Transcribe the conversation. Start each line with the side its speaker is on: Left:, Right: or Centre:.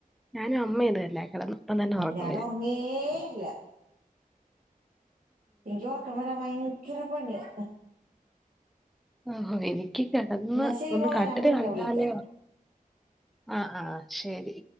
Centre: ഞാനും അമ്മയുമതന്നെ കെടന്നപ്പം തന്നെ ഒറക്കം
Right: ഞാൻ
Centre: വരും
Right: ഉറങ്ങേ ഇല്ല എനിക്ക് ഉറക്കം വരാൻ ഭയങ്കര പണിയാ
Centre: ഓഹോ എനി കി കെടന്ന്
Right: എന്നാ ശരി
Centre: ഒന്ന്
Right: മോളെ
Centre: കട്ടില്
Right: ഞാൻ പിന്നെ
Centre: കണ്ടാലേ
Right: വിളിക്കാം
Centre: ഒറ ആ ആ ശെരി